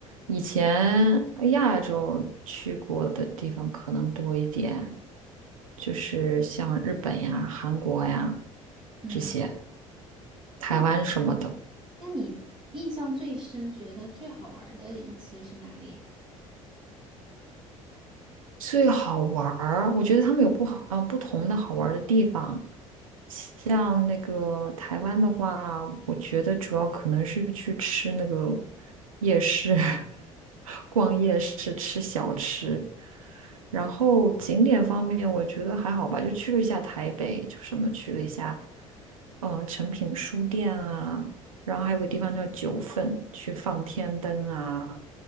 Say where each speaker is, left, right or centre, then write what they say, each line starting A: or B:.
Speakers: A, on the right; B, on the right.
A: 以前呃亚洲去过的地方可能多一点，就是像日本呀、韩国呀
B: 嗯，
A: 这些，台湾什么的。
B: 那你那你印象最深，觉得最好玩儿的一次是哪里呀？
A: 最好玩儿，我觉得他们有不好，嗯、不同的好玩儿的地方。像那个台湾的话，我觉得主要可能是去吃那个夜市，<laughs> 逛夜市吃小吃。然后景点方面，我觉得还好吧，就去了一下台北，就什么去了一下，嗯，诚品书店啊，然后还有个地方叫九份，去放天灯啊，